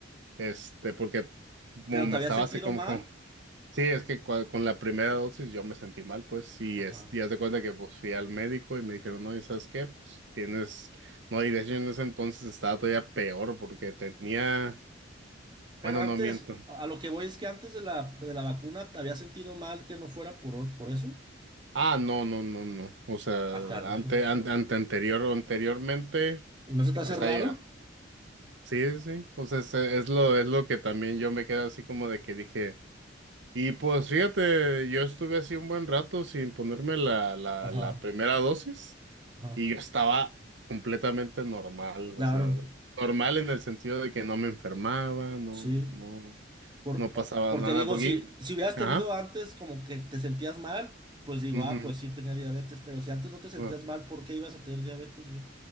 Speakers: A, on the right; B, on the right.
A: este, porque como
B: ¿Pero
A: me
B: te habías
A: estaba
B: sentido
A: así como
B: mal?
A: con, sí, es que cua- con la primera dosis yo me sentí mal, pues, y
B: Ajá.
A: es, y haz de cuenta que pues fui al médico y me dijeron, no, ¿y sabes qué? Pues tienes, no, y de hecho en ese entonces estaba todavía peor porque tenía,
B: Pero
A: bueno,
B: antes,
A: no miento.
B: a lo que voy es que antes de la, de la vacuna te había sentido mal que no fuera por, o- por eso.
A: Ah, no, no, no, no. O sea,
B: Acá, hijo.
A: ante, ante, ante- anterior, anteriormente,
B: ¿Y no se te hace
A: o sea,
B: raro?
A: ya, sí, sí, sí. pues es, es lo, es lo que también yo me quedo así como de que dije, y pues fíjate, yo estuve así un buen rato sin ponerme la, la,
B: Ajá,
A: la primera dosis
B: ajá.
A: y yo estaba completamente normal,
B: Claro,
A: o sea, normal en el sentido de que no me enfermaba, no,
B: sí.
A: no,
B: Por,
A: no pasaba
B: o- porque
A: nada,
B: digo,
A: porque,
B: si, si hubieras
A: ajá,
B: tenido antes como que te sentías mal, pues digo,
A: ujú,
B: ah, pues sí tenía diabetes, pero si antes no te sentías
A: bueno.
B: mal, ¿por qué ibas a tener diabetes, güey?